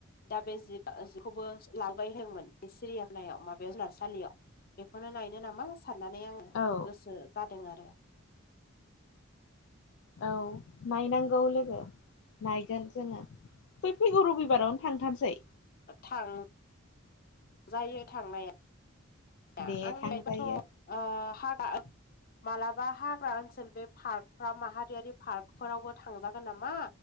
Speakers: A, on the left; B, on the left.
A: दा बे जि जिबखौबो लांबाय होनदोंमोन बे सिरियाखानायाव माबायाव जुनारसालियाव बेखौनो नायनो नामा साननानै आङो
B: औ
A: गोसो जादों आरो
B: औ नायनांगौ लोगो नायगोन जोङो फै फैगौ रबिबारावनो थांथारसै
A: थां जायो थांनाया
B: दे
A: आंनि
B: थांजायो
A: लाइफाथ' हाग्रा मालाबा हाग्रा ओनसोल बे पार्काव माहारियारि पार्कफोरावबो थांजागोन नामा